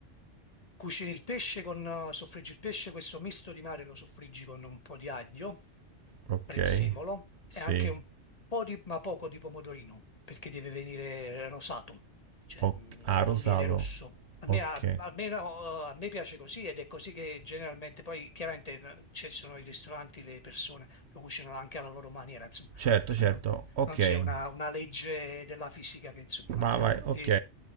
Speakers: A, on the left (about 35°); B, on the right (about 70°).
A: cucini il pesce con... eh, soffriggi il pesce, questo misto di mare lo soffriggi con un po' di aglio,
B: ok,
A: prezzemolo e
B: sì,
A: anche un po' di... ma poco di pomodorino, perché deve venire rosato, cioè
B: ok,
A: non,
B: ah,
A: non
B: rosato,
A: viene rosso. A
B: ok,
A: me, a, almeno, eh, a me piace così ed è così che generalmente, poi chiaramente eh, ci sono i ristoranti, le persone lo cucinano anche alla loro maniera, insomma.
B: certo,
A: <laughs>
B: certo, ok,
A: non c'è una, una legge della fisica che insomma...
B: va, vai, ok.
A: ti-